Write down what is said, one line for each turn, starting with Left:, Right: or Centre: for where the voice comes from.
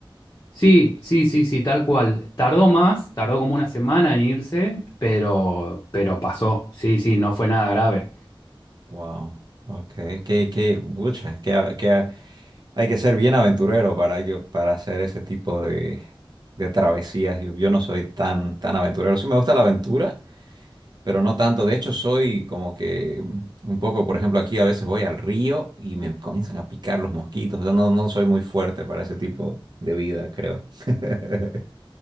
Left: Sí, sí, sí, sí, tal cual. Tardó más, tardó como una semana en irse, pero, pero pasó. Sí, sí, no fue nada grave.
Right: Wow, ok. Qué, qué, pucha, que que hay que ser bien aventurero para, yo para hacer ese tipo de, de travesías. Yo, yo no soy tan, tan aventurero. Sí me gusta la aventura. pero no tanto. De hecho, soy como que mm, un poco, por ejemplo, aquí a veces voy al río y me comienzan a picar los mosquitos. Yo no, no soy muy fuerte para ese tipo de vida, creo. <laughs>